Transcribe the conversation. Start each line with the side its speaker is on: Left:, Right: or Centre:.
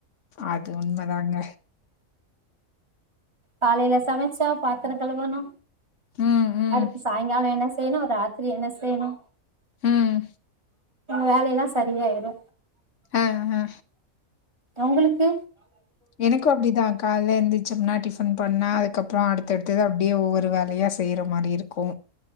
Left: அது உண்மதாங்க
Right: காலையில சமச்சா பாத்திர கழுவணு
Left: ம் ம்
Right: அடுத்து சாயங்கால என்ன செய்யனு ரா த்திரி என்ன செய்யனு
Left: ம்.
Right: வேலயெல்லா சரியாயிரு
Left: ஆ ஆ
Right: உங்களுக்கு
Left: எனக்கு அப்டிதா கால்த எந்திச்சம்னா டிஃபன் பண்ணு அதுக்கப்றோ அடுத்தடுத்தது அப்டியே ஒவ்வொரு வேலயா செய்ற மாரி இருக்கு‌